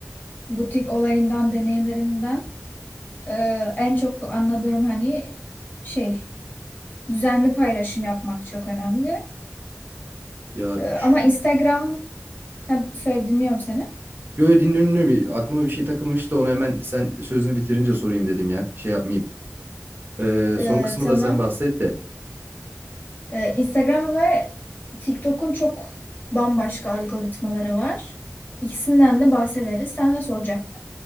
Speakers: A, on the left; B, on the right.
A: butik olayından deneyimlerimden e, en çok anladığım hani şey düzenli paylaşım yapmak çok önemli.
B: Ya
A: Ee, ama
B: şş,
A: Instagram, ha, söyle dinliyorum seni.
B: Yo dinliyorum. Aklıma bir şey takılmıştı. Onu hemen sen sözünü bitirince sorayım dedim ya. Şey yapmayayım. E,
A: Ee,
B: son kısmı
A: tamam.
B: da sen bahset de.
A: Ee, Instagram ve TikTok'un çok bambaşka algoritmaları var. İkisinden de bahsederiz. Sen ne soracaktın?